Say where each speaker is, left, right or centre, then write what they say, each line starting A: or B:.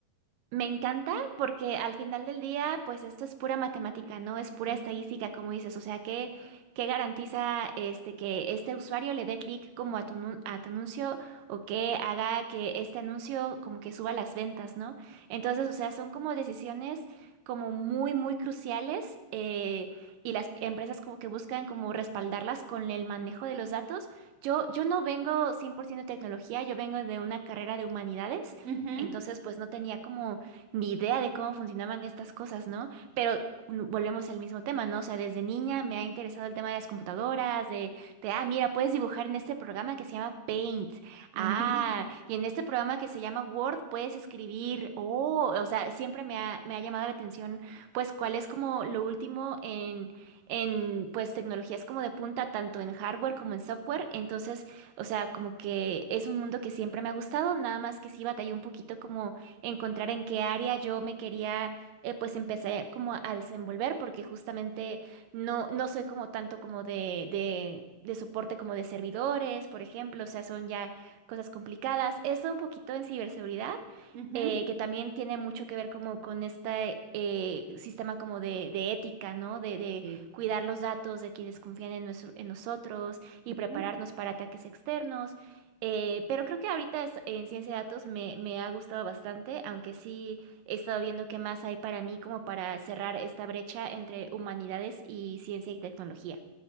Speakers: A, on the right; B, on the right.
A: Me encanta porque al final del día, pues esto es pura matemática, no es pura
B: Ujú,
A: estadística, como dices. O sea, qué qué garantiza este que este usuario le dé clic como a tu, nu- a tu anuncio o que haga que este anuncio como que suba las ventas, ¿no? Entonces, o sea, son como decisiones como muy, muy cruciales eh, y las empresas como que buscan como respaldarlas con el manejo de los datos. Yo, yo no vengo 100% de tecnología, yo vengo de una carrera de humanidades.
B: ujú,
A: Entonces, pues no tenía como ni idea de cómo funcionaban estas cosas, ¿no? Pero mm, volvemos al mismo tema, ¿no? O sea, desde niña me ha interesado el tema de las computadoras, de, de, ah, mira, puedes dibujar en este programa que se llama Paint.
B: Ujú.
A: Ah, y en este programa que se llama Word puedes escribir. Oh, o sea, siempre me ha, me ha llamado la atención, pues, cuál es como lo último en, en, pues, tecnologías como de punta, tanto en hardware como en software. Entonces, o sea, como que es un mundo que siempre me ha gustado, nada más que sí batallé un poquito como encontrar en qué área yo me quería eh, pues empezar como a desenvolver porque justamente no, no soy como tanto como de, de, de soporte como de servidores, por ejemplo, o sea, son ya cosas complicadas. Eso un poquito en ciberseguridad
B: ujú,
A: eh, que también tiene mucho que ver como con este eh, sistema como de, de ética, ¿no? De, de
B: Sí.
A: cuidar los datos de quienes confían en, nuestro- en nosotros y
B: ujú.
A: prepararnos para ataques externos. Eh, pero creo que ahorita es- en ciencia de datos me, me ha gustado bastante, aunque sí he estado viendo qué más hay para mí como para cerrar esta brecha entre humanidades y ciencia y tecnología.